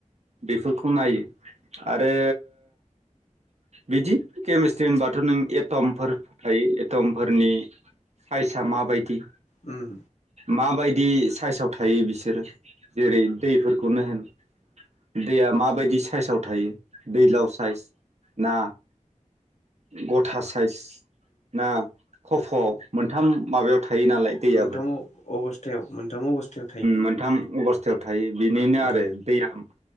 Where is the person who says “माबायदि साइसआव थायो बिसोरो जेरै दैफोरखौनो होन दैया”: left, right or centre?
Right